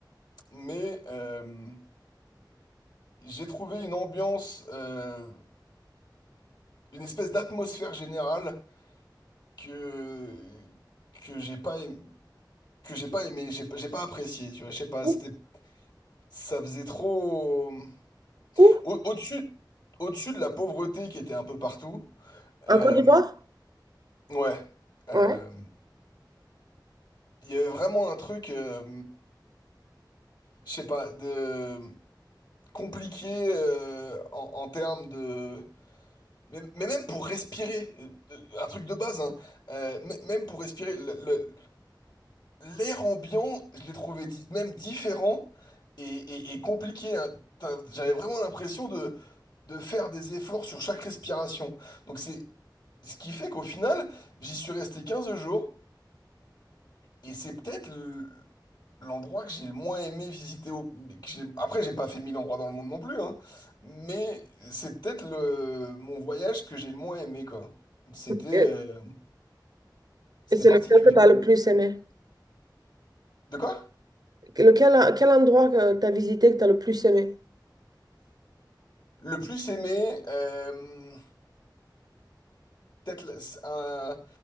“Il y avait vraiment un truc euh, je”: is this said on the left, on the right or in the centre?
Left